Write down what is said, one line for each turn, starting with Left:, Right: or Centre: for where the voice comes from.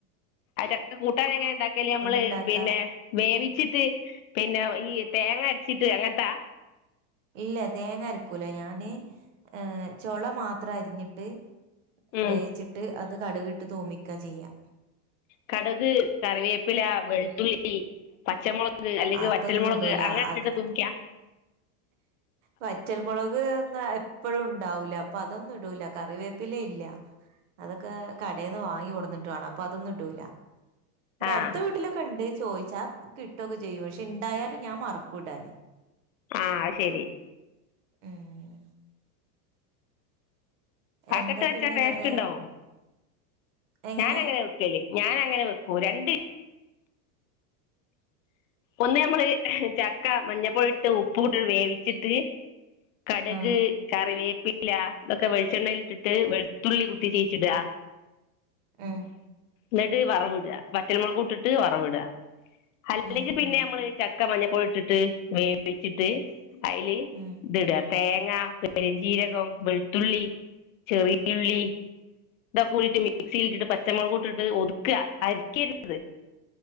Left: അയ് ചക്ക കൂട്ടാനെങ്ങനാ ഉണ്ടാക്കല് നമ്മള്
Right: ഇണ്ടാക്കാ
Left: പിന്നെ വേവിച്ചിട്ട് പിന്നെ ഈ തേങ്ങ ട്ട് അങ്ങൻത്താ?
Right: ഇല്ല തേങ്ങ അരക്കൂല ഞാന് ഏ ചൊള മാത്രരിഞ്ഞിട്ട്
Left: ഉം
Right: വേച്ചിട്ട് അത് കടുകിട്ട് തോമിക്കാ ചെയ്യാ
Left: കടുക് കറിവേപ്പില വെളുത്തുള്ളി ള്ളി പച്ചമോളക് അല്ലെങ്കി
Right: അതൊന്നും
Left: വറ്റൽ മൊളക്
Right: ഇടൂല
Left: അങ്ങനെ ഇട്ടിട്ട
Right: അത്
Left: തൂമിക്കാ
Right: വറ്റൽമുളക് ഒന്നു എപ്പഴും ഉണ്ടാവൂല പ്പതൊന്നും ഇടൂല കറിവേപ്പിലെയില്ല അതൊക്കെ കടയിന്ന് വാങ്ങി കൊടുന്നിട്ട് ട്ടുആണ് അപ്പൊ അതൊന്നും ഇടൂല ഇവിടെ
Left: ആഹ്
Right: അടുത്ത വീട്ടിലൊക്കെണ്ട് ചോയിച്ചാ കിട്ടൊക്കെ ചെയ്യും പക്ഷെ ഇണ്ടായാലും ഞാൻ മറക്കൂടാന്
Left: ആഹ അയ്ശരി
Right: ഉം
Left: ഹക്കെട്ട്
Right: എന്താ
Left: വെച്ചാ
Right: പിന്നെ
Left: ടേസ്റ്റ്
Right: ഇങ്ങള്
Left: ഉണ്ടാഓ
Right: എങ്ങനെ
Left: ഞാനങ്ങനെയാ വെക്കല് ഞാനങ്ങനെ വെക്കൂ രണ്ടി ഒന്ന് ഞമ്മള് ചക്ക മഞ്ഞപ്പോടീട്ട് ചക്ക ഉപ്പൂട്ടിട്ട് വേവിച്ചിട്ട് കടക്
Right: ആഹ്
Left: കറിവേപ്പ് ഇല്ല ഇതൊക്കെ വെളിച്ചെണ്ണയിലിട്ടിട്ട് വെളുത്തുള്ളി കുത്തിച്ചീച്ചിടാ
Right: ഉം
Left: എന്നിട് വറവിട വറ്റൽമുളകൂട്ടിട്ട് വറവിട അല്ലെങ്കിൽ
Right: ഉം
Left: പിന്നെ
Right: ഉം
Left: ഞമ്മള് ചക്ക മഞ്ഞപൊടിട്ടിട്ട് വേവിപ്പിച്ചിട്ട് അയില്
Right: ഉം
Left: ഇത് ഇട്അ തേങ്ങ പെരിഞ്ചീരകം വെളുത്തുള്ളി ചെറിയ ഉള്ളി ഇതൊക്കെട്ടിട്ട് മിക്സിലിട്ടിട്ട് പച്ചമുളക് ഇട്ടിട്ട് ഒതുക്ക്അ അരിക്കരുത്